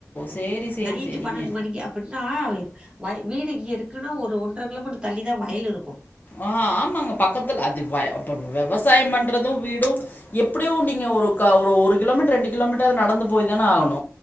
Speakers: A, on the left (about 35°); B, on the right (about 20°).
A: சேரி சேரி
B: நைட்டு்
A: சேரிங்க
B: பன்னெண்ட் மணிக்கு அப்பிட்ன்னா வை வீடு இங்கிருக்குன்னா ஒரு ஒன்ற கிலோமீட்டர் தள்ளி தா வயல் இருக்கு
A: ஆஹ் ஆமாங்க பக்கத்துல அது வய ப்ப விவசாயோ பண்ற து வீடு எப்புடியு நீங்க ஒரு கா ஒரு ஒரு கிலோமீட்டர் ரெண்டு கிலோமீட்டராது நடந்து போயி தான ஆகணு